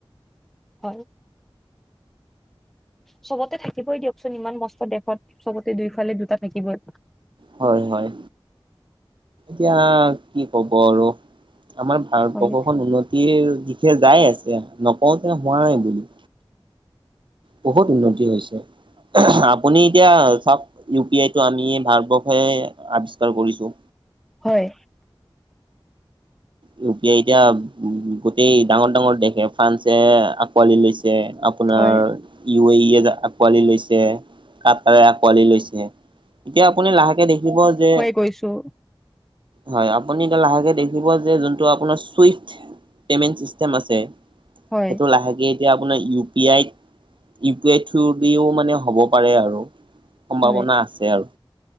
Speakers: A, in the centre; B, on the right (about 60°).
A: হয়। চবতে থাকিবই দিয়কচোন ইমান মস্ত দেশত, চবতে দুইফালে দুটা থাকিবই।
B: হয় হয়। এতিয়া কি ক'ব আৰু? আমাৰ ভাৰতবৰ্ষখন
A: হয়
B: উন্নতি - তিৰ দিশে যাই আছে, নকওঁ যে হোৱা নাই বুলি। বহুত উন্নতি হৈছে। আপুনি এতিয়া চাওক, ইউ পি আইটো আমি ভাৰতবৰ্ষই আৱিষ্কাৰ কৰিছোঁ।
A: হয়।
B: ইউ পি আই এতিয়া গোটেই ডাঙৰ ডাঙৰ দেশে, ফ্ৰান্সে আকোৱালি লৈছে। আপ - আপোনাৰ
A: হয়
B: ইউ এ ইয় আঁকোৱালি লৈছে, কাটাৰে আঁকোৱালি লৈছে। এতিয়া আপুনি লাহেকে দেখিব যে -
A: কৈছো।
B: হয়, আপুনি এতিয়া লাহেকে দেখিব যে, যোনটো আপোনাৰ চইফ পেমেণ্ট চিষ্টেম আছে,
A: হয়
B: সেইটো লাহেকে - এতিয়া আপোনাৰ ইউ পি আইত, ইউ পি আই থ্ৰু দিও মানে হ'ব পাৰে আৰু। সম্ভাৱনা
A: হয়
B: আছে আৰু।